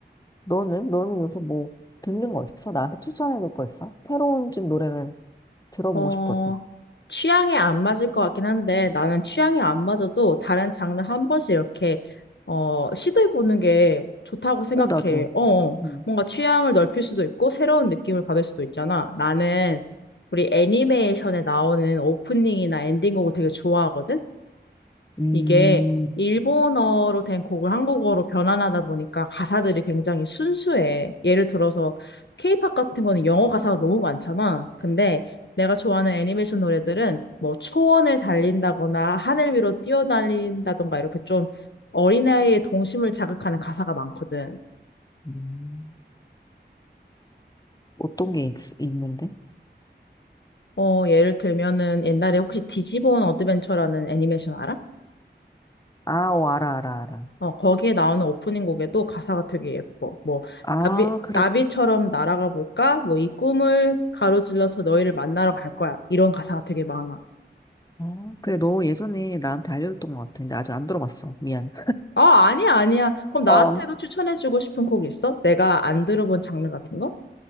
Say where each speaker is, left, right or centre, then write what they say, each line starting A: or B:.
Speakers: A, on the left; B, on the left.
A: 너는 너는 요새 뭐 듣는 거 있어? 나한테 추천해줄 거 있어? 새로운 집 노래를 들어보고
B: 어,
A: 싶거든.
B: 취향에 안 맞을 것 같긴 한데 나는 취향에 안 맞아도 다른 장르 한 번씩 이렇게 어, 시도해보는 게 좋다고 생각해.
A: 어 나도.
B: 어, 어.
A: 음.
B: 뭔가 취향을 넓힐 수도 있고 새로운 느낌을 받을 수도 있잖아. 나는 우리 애니메이션에 나오는 오프닝이나 엔딩곡을 되게 좋아하거든.
A: 음.
B: 이게 일본어로 된 곡을 한국어로 변환하다 보니까 가사들이 굉장히 순수해. 예를 들어서 케이팝 같은 거는 영어 가사가 너무 많잖아. 근데 내가 좋아하는 애니메이션 노래들은 뭐 초원을 달린다거나 하늘 위로 뛰어날린다던가 이렇게 좀 어린아이의 동심을 자극하는 가사가 많거든.
A: 음, 어떤 게 있, 있는데?
B: 어, 예를 들면은 옛날에 혹시 디지몬 어드벤처라는 애니메이션 알아?
A: 아, 오, 알아, 알아, 알아.
B: 어, 거기에 나오는 오프닝 곡에도 가사가 되게 예뻐. 뭐,
A: 아,
B: 나비,
A: 그래.
B: 나비처럼 날아가 볼까? 뭐, 이 꿈을 가로질러서 너희를 만나러 갈 거야. 이런 가사가 되게 많아.
A: 아, 그래. 너 예전에 나한테 알려줬던 것 같아. 근데 아직 안 들어봤어. 미안.
B: 아, 아니야, 아니야. 그럼 나한테도
A: 어.
B: 추천해주고 싶은 곡 있어? 내가 안 들어본 장르 같은 거?